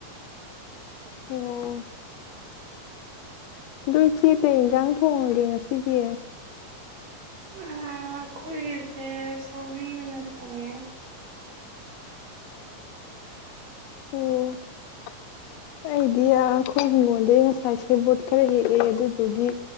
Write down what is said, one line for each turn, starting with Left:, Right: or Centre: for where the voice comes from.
Left: ꯑꯣ ꯑꯗꯣ ꯏꯆꯦ ꯀꯩ ꯏꯟꯁꯥꯡ ꯊꯣꯡꯉꯒꯦ ꯉꯁꯤꯗꯤ
Right: ꯑꯩꯈꯣꯏꯒꯤꯁꯦ ꯁꯧꯔꯤ ꯑꯣꯏꯅ ꯈꯣꯡꯉꯦ꯫
Left: ꯑꯣ ꯑꯩꯗꯤ ꯑꯩꯈꯣꯏ ꯍꯤꯡꯒꯣꯜꯗꯒꯤꯩ ꯉꯁꯥꯏ ꯁꯦꯕꯣꯠ ꯈꯔ ꯍꯦꯛꯑꯦ ꯑꯗꯨꯗꯨꯒꯤ